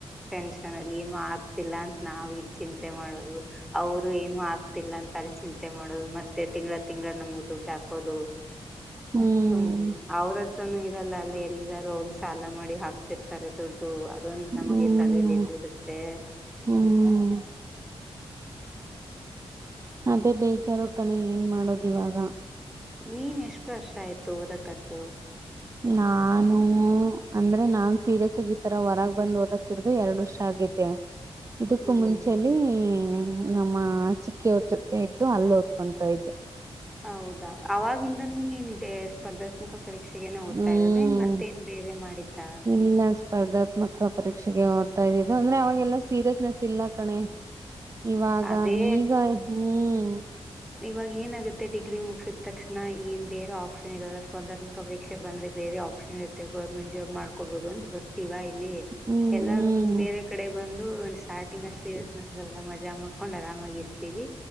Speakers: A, in the centre; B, on the right (about 30°).
A: ಟೆನ್ಷನ್ ಅಲ್ಲಿ ಏನು ಆಗ್ತಿಲ್ಲ ಅಂತ ನಾವ್ ಇಲ್ಲಿ ಚಿಂತೆ ಮಾಡೋದು ಅವರು ಏನು ಆಗ್ತಿಲ್ಲ ಅಂತ ಅಲ್ಲಿ ಚಿಂತೆ ಮಾಡೋದು ಮತ್ತೆ ತಿಂಗಗಳ ತಿಂಗಗಳ ನಮಗ ದುಡ್ಡು ಹಾಕೋದು
B: ಹ್ಮ್
A: ಹ್ಮ ಅವ್ರ ನ ಇರಲ್ಲ ಅಲ್ಲ ಎಲ್ಲಾರೂ ಅವರು ಸಾಲ ಮಾಡಿ ಹಾಕ್ತಿರ್ತಾರೆ ದುಡ್ಡು ಇದೊಂದು ನಮಗೆ
B: ಹ್ಮ್ ಹ್ಮ್
A: ತಲೆಯಲ್ಲಿ ಸಿ ಇರುತ್ತೆ
B: ಹ್ಮ್ ಅದೇ ಬೇಜಾರೋ ಕಣೆ ಏನ್ ಮಾಡದ ಇವಾಗ
A: ನೀನ್ ಎಷ್ಟು ವರ್ಷ ಆಯ್ತು ಓದಕತ್ತು
B: ನಾನು ಅಂದ್ರೆ ನಾನ್ ಸೀರಿಯಸ್ ಆಗಿ ಈತರ ಹೊರಗ ಬಂದ್ ಓದಕಿಡ್ದು ಎರಡು ವರ್ಷ ಆಗೇತೆ ಇದಕ್ಕೂ
A: ಹ್ಮ್
B: ಮುಂಚಲಿ ನಮ್ಮ ಚಿಕ್ಕಿಯವ್ರ ಜೊತೆ ಇದ್ದು ಅಲ್ಲ ಓದ್ಕೊತಾ ಇದ್ದೆ
A: ಹೌದಾ ಅವಾಗಿಂದನೂ ನೀನ್ ಇಿದೆ ಸ್ಪರ್ಾತ್ಕ ತರ ಯಕ್ಷಗನ ಓದ್ತಾರದನ್
B: ಹ್ಮ್
A: ಮತ್ತೇನ್ ಬೇರೆ ಮಾಡಿದ್ದ
B: ಇಲ್ಲ ಸ್ಪರ್ಧಾತ್ಮಕ ಪರೀಕ್ಷೆಗೆ ಓದ್ತಾ ಇದಿದ್ದು ಅಂದ್ರೆ ಅವಾಗೆಲ್ಲಾ ಸೀರಿಯಸ್ನೆಸ್ ಇಲ್ಲ ಕಣೆ ಇವಾಗ
A: ಅದೇ
B: ಈಗ ಹ್ಮ್
A: ಇವಾಗ ಏನಾಗುತ್ತೆ ಡಿಗ್ರಿ ಮುಗಸಿದ ತಕ್ಷಣ ಏನ್ ಬೇರೆ ಆಪ್ಷನ್ ಇರಲ್ಲ ಸ್ಪರ್ಧಾತ್ಮಕ ಪರಕ್ಷೆ ಬಂದ್ರೆ ಬೇರೆ ಆಪ್ಷನ್ ಇರುತ್ತೆ ಗವರ್ಮೆಂಟ್ ಜಾಬ್ ಮಾಡ್ಕೋಬಹುದು ಅಂತ ಬರ್ತಿೀವ
B: ಹ್ಮ್
A: ಎಲ್ಲಾರು ಹಿ ಬೇರೆ ಕಡೆ ಒಂದು ಸ್ಟಾರ್ಟಿಂಗ್ ಅಷ್ಟ್ ಸೀರಿಯಸ್ನೆಸ್ರಲ್ಲ ಮಜ ಮ ಹಕೊಂಡ್ ಆರಾಮಾಗಿ ಇರ್ತೀವಿ